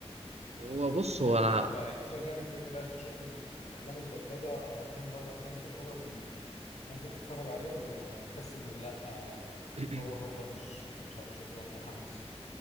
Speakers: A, on the right; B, on the left.
A: هو بص
B: في فيلم
A: هو انا
B: بجد بقى يعني سيبك بقى من فيلم بقى شغل ال- افلام البلطجة او افلام بره افلام البلطجة واللمبي ممكن تتفرج عليه ولا هتحس ان لا
A: <clears throat>
B: هو هو مش مش هبقى- مش هتبقى متحمس